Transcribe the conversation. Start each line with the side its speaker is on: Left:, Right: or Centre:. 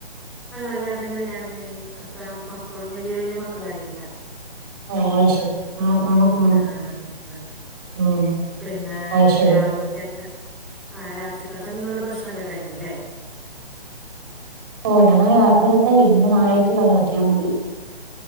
Centre: അല്ല എല്ലാവരുടെയും കല്യാണം കഴിഞ്ഞ് ഒക്ക മക്കളും വല്യ വല്യ മക്കളായി എല്ലാം.
Right: ആഹ് ശരി ആ ആ ആ ആ
Centre: ആഹ് ആഹ്
Right: ഉം
Centre: പിന്നെ
Right: അത് ശരി
Centre: രാവിലെത്തെക്ക് ആ രാത്രി കാലത്തെ നിങ്ങളുടെ ഭക്ഷണം ഒക്കെ കഴിഞ്ഞ് ഇല്ലേ
Right: ഓഹ് ഞങ്ങടെ രാത്രിലത്തെ കഴിഞ്ഞു ഇനി നാളേക്കുള്ള നോക്കിയാൽ മതി.